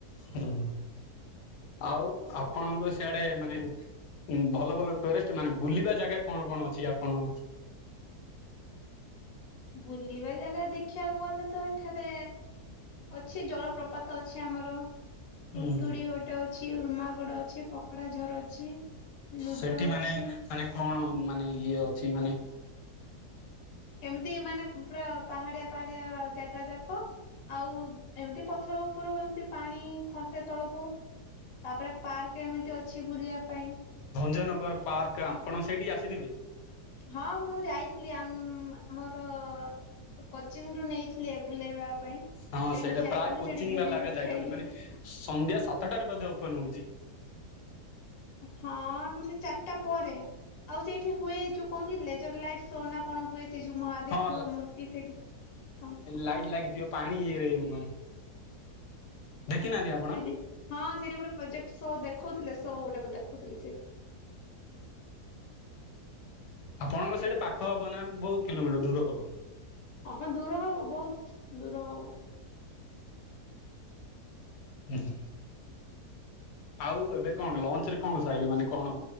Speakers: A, on the left; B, on the left.
A: ହୁଁ, ଆଉ ଆପଣଙ୍କ ସିଆଡେ ମାନେ ଉଁ ଭଲ ଭଲ ଟୁରେଷ୍ଟ ମାନେ ବୁଲିବା ଜାଗା କଣ କଣ ଅଛି ଆପଣ
B: ବୁଲିବା ଜାଗା ଦେଖିଆକୁ ଗଲେ ତ ଏଠାରେ ଅଛି ଜଳପ୍ରପା ତ ଅଛି ଆମର,
A: ଉଁ
B: ପୁତୁଡି ଗୋଟେ ଅଛି, ଉର୍ମାଗଡ ଅଛି, ପ କଡା ଝର ଅଛି, ଲୁଡୋ
A: ସେଠି
B: ଅଛି।
A: ମାନେ ମାନେ କଣ ମାନେ ଇଏ ଅଛି ମାନେ
B: ଏମିତି ମାନେ ପୁରା ପାହାଡିଆ ପାହାଡିଆ-ଆ ଜାଗା ଯାକ ଆଉ ଏମିତି ପଥର ଉପୁରୁ ଏମିତି ପାଣି ଖସେ ତଳକୁ ତାପରେ ପାର୍କ ଏମିତି ଅ ଅଛି ବୁଲିବା ପାଇଁ।
A: ଭଞ୍ଜନଗର ପାର୍କ ଆଁପଣ ସେଇଠି ଆସିଥିବେ।
B: ହଁ ମୁଁ ଯାଇଥିଲି ଆମ୍ ଆମର କୋଚିଂ ରୁ ନେଇଥିଲେ ବୁଲେଇବା ପାଇଁ।
A: ହଁ
B: ସେଇଠିକୁ
A: ସେଇଟା
B: ଯାଇଥିଲୁ
A: ପ୍ରାୟ କୋଚିଂ
B: ସେଠି ବୁଲିଲୁ
A: ବାଲା ଆଗା ଯାଇଥାଉଛନ୍ତି
B: ଖେଳିଲୁ
A: ମାନେ ସନ୍ଧ୍ୟା ସାତଟାରେ ବଧେ ଓପନ ହଉଛି।
B: ହଁ ଆଉ ସେ ଚାରିଟା ପରେ ଆଉ ସେଇଠି ହୁଏ ଯୋଉ କଣ କି ଲେଜର ଲାଇଟ୍ ସୋ ନା କଣ ହୁଏ ସେ ଯୋଉ ମହାଦେବ
A: ହଁ
B: ଥିବ ମୂର୍ତ୍ତି ସେଠି ହଁ।
A: ଲାଇଟ ଲାଗିଥିବ। ପାଣି ଇଏରେ ମାନ ଦେଖିନାହାଁନ୍ତି ଆପ
B: ସେଠି ହଁ ସେଠି ଗୋଟେ ପ୍ରୋଜେକ୍ଟ ସୋ ଦେଖଉଥିଲେ ସୋ ଗୋଟେକ ଦେଖଉଥିଲେ ସେଠି।
A: ଆପଣଙ୍କ ସେଇଠି ପାଖ ହବ ନା ବହୁତ କିଲୋମିଟର ଦୂର ହବ?
B: ହ ଦୂର ହବ ବହୁତ ଦୂର ହବ।
A: ହୁଁ ଆଉ ଏବେ କଣ ଲଞ୍ଚ ରେ କଣ ସାରିବ ମାନେ କଣ